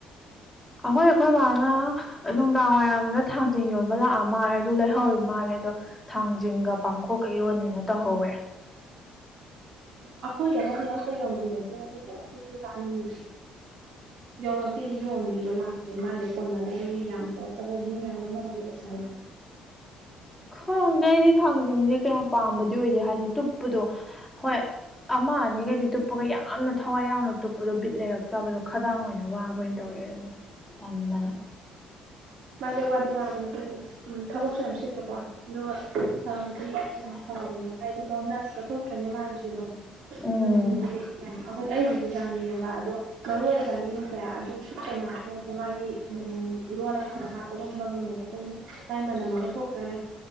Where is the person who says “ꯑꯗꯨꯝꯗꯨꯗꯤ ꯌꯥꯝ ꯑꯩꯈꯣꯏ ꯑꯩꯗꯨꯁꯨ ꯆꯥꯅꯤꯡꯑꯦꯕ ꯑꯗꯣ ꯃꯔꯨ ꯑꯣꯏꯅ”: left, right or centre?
Right